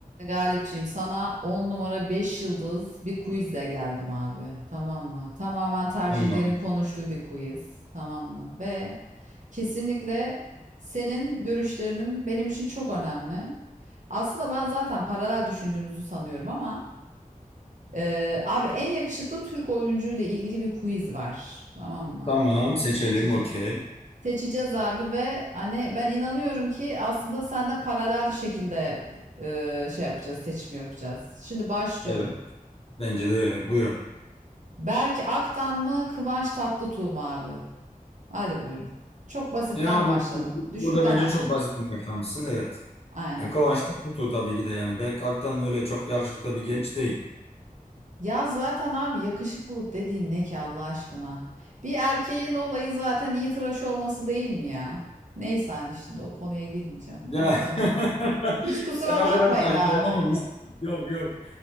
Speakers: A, on the right; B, on the left.
A: Galipciğim sana 10 numara 5 yıldız bir quizle geldim abi. Tamam mı? Tamamen tercihlerin
B: Tamam.
A: konuştuğu bir quiz. Tamam mı? Ve kesinlikle senin görüşlerinin benim için çok önemli. Aslında ben zaten paralel düşündüğümüzü sanıyorum ama e, abi en yakışıklı Türk oyuncu ile ilgili bir quiz var. Tamam mı?
B: Tamam seçelim
A: Seçeceğiz.
B: okey.
A: Seçeceğiz abi ve hani ben inanıyorum ki aslında senden paralel şekilde e, şey yapacağız, seçim yapacağız. Şimdi başlıyorum.
B: Evet. Bence de öyle. Buyurun.
A: Berk Aktan mı, Kıvanç Tatlıtuğ mu abi? Hadi buyurun. Çok basitten
B: Ya
A: başladım.
B: bu, bu- burada
A: Düşükten
B: bence
A: açtım.
B: çok basitten başlamışsın evet.
A: Aynen.
B: Ya Kıvanç tutu tabii ki de yani Berk Aktan öyle çok yakışıklı bir genç değil.
A: Ya zaten abi yakışıklılık dediğin ne ki Allah aşkına? Bir erkeğin olayı zaten iyi tıraş olması değil mi ya? Neyse hani şimdi o konuya girmeyeceğim
B: Ya
A: ama bence böyle.
B: <laughs>
A: Hiç kusura
B: sen o
A: bakmayın
B: kadar da aşağılama
A: abi.
B: biz. Yok yok.